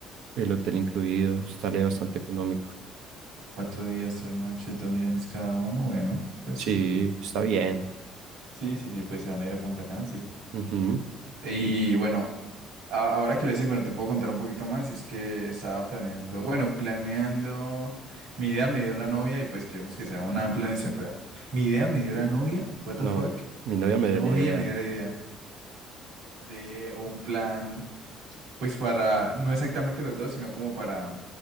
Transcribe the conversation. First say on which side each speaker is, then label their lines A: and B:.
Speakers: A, on the right; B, on the right.
A: el hotel incluido, sale bastante económico.
B: Cuatro días, tres noches, dos millones cada uno. Bueno, pues
A: Sí,
B: sí.
A: está bien.
B: Sí, sí, sí, pues se van a ir a Punta Cana, sí.
A: Ujú.
B: Y
A: Y-
B: bueno, a- ahora que lo decís, bueno, te puedo contar un poquito más. Y es que estaba planeando, bueno, planeando. Mi idea me dio la novia y pues queremos que sea una planeación real. Mi idea me dio la novia, what the
A: No,
B: fuck.
A: mi novia
B: Mi
A: me
B: novia
A: dio la idea.
B: me dio la idea de un plan. pues para, no exactamente los dos, sino como para